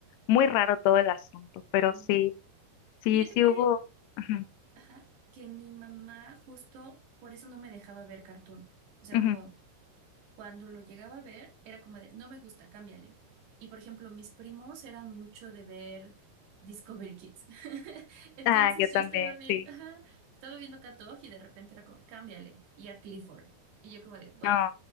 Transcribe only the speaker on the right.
Y
fíjate
que,
ajá, que mi mamá justo por eso no me dejaba ver cartoon. O sea,
como... cuando lo llegaba a ver, era como de, no me gusta, cámbiale. Y por ejemplo, mis primos eran mucho de ver Discovery Kids. <laughs> Entonces
yo estaba viendo
ajá, estaba viendo Cat Dog y de repente era como, cámbiale. Y a Clifford. Y yo como de, wow,